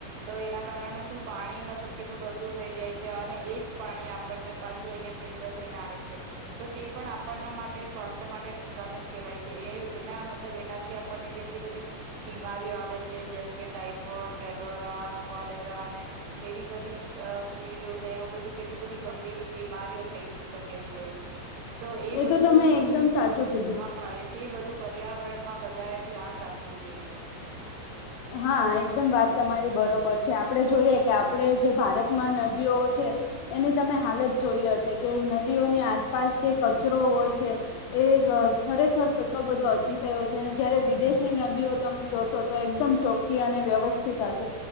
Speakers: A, on the right; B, on the left.
A: તો એના કારણે શું પાણી મતલબ કેટલું ગંદુ થઈ જાય છે અને એજ પાણી આપણને પાછું અહિયાં ફિલ્ટર થઈને આવે છે. તો તે પણ આપણના માટે સ્વાસ્થ્ય માટે નુકસાન જ કહેવાય છે એ એના મતલબ એનાથી આપણને કેટલી બધી બીમારીઓ આવે છે જેમ કે ટાઈફોઇડ, કેલોરા, કોલેરા અને એવી કેટલી બધી પીળીઓ ને એવું બધી કેટલી બધી ગંભીર બીમારીઓ થઈ શકે છે. તો એ બધું..
B: તો તમે એકદમ સાચું કીધું
A: હા એ જ તો તે બધું પર્યાવરણમાં બધાએ ધ્યાન રાખવું જોઈએ.
B: હા એકદમ વાત તમારી બરોબર છે, આપણે જોઈએ કે આપણે જે ભારતમાં નદીઓ છે એની તમે હાલત જોઈ હશે કે નદીઓની આસપાસ જે કચરો હોય છે એ એ ખરેખર કેટલો બધો અતિશયો છે અને જયારે વિદેશની નદીઓ તમે જોશો તો એકદમ ચોખ્ખી અને વ્યવસ્થિત હશે